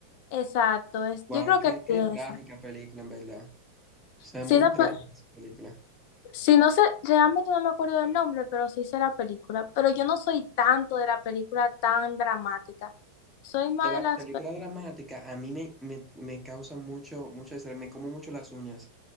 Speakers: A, on the left; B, in the centre.
A: Exacto, es, yo
B: Wow,
A: creo
B: qué,
A: que
B: qué
A: sí es.
B: trágica película, en verdad. O sea,
A: Sí,
B: muy
A: la pe-
B: trágica esa película.
A: sí, no sé, realmente no me acuerdo del nombre, pero sí sé la película. Pero yo no soy tanto de la película tan dramática. Soy más
B: De las
A: de las...
B: películas dramáticas, a mí me, me, me causa mucho, mucho estrés, me como mucho las uñas.